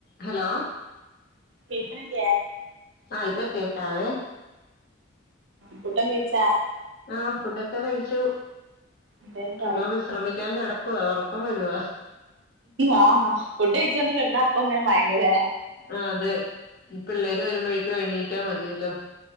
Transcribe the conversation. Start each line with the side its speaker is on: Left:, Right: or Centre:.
Left: Hello
Right: കേക്കണില്ലേ
Left: ആ ഇപ്പ കേക്കാവേ
Right: ഫുഡോക്കെ കയിച്ചാ
Left: ആ ഫുഡൊക്കെ കഴിച്ചു
Right: എന്തേലും
Left: ചുമ്മാ
Right: പറയൂ
Left: വിശ്രമിക്കാൻ കെടക്കുവ ഒറക്കം വരുവാ
Right: ആഹ് ഫുഡ് കഴിച്ചന്ന് കെടന്നാ അപ്പൊ അങ്ങനെ മയങ്ങുംയല്ലേ
Left: ആഹ് അതെ പിള്ളേര് വരുമ്പോഴേക്കും എണീറ്റാ മതിയല്ലോ